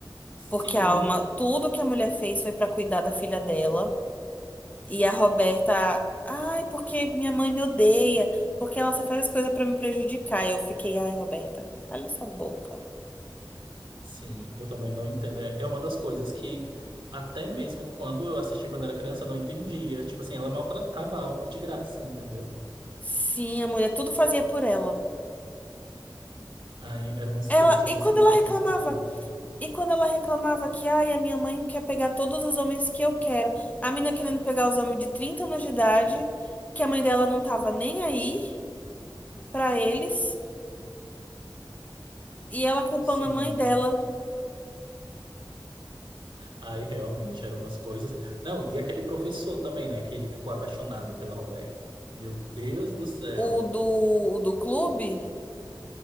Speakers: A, on the right (about 80°); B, on the left (about 20°).
A: Sim,
B: porque a Alma, tudo que a mulher fez foi pra cuidar da filha dela. E a Roberta, ai, porque minha mãe me odeia, porque ela só faz as coisas pra me prejudicar. E eu fiquei, ai, Roberta, cala sua boca.
A: Sim, eu também não entendo. É é uma das coisas que, até mesmo quando eu assisti quando era criança, eu não entendia. Tipo assim, ela maltratava a alma de graça, entendeu?
B: Sim, a mulher tudo fazia por ela.
A: Aí eram uns
B: Ela,
A: hates,
B: e
A: assim,
B: quando
A: desnecessários.
B: ela reclamava? E quando ela reclamava que, ai, a minha mãe quer pegar todos os homens que eu quero. A mina querendo pegar os homens de 30 anos de idade, que a mãe dela não tava nem aí pra eles. E ela culpando
A: Sim,
B: a mãe dela,
A: aí realmente eram umas coisas. Não, e aquele professor também, né, que ele ficou apaixonado pela Roberta. Meu Deus do céu.
B: o do, o do clube.